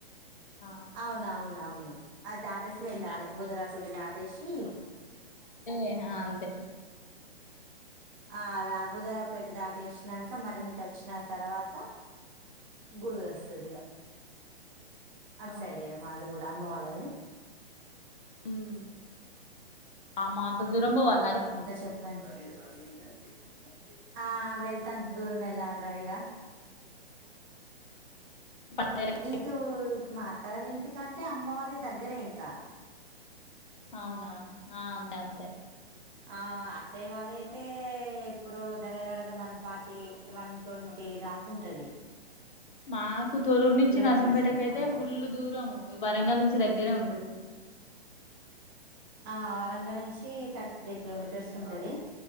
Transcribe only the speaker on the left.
ఆ
రా
ఇహ అంతే
అవును
ఉమ్ అమ్మ అంత దూరం బోవాల
పండగలకి
అవునా ఆ అండ్ అంతే
మాకు తొరూరు నుంచి
నర్సంపేటకు అయితే
ఫుల్ దూరము ఈ వరంగల్ నుంచి దగ్గరే ఉంటది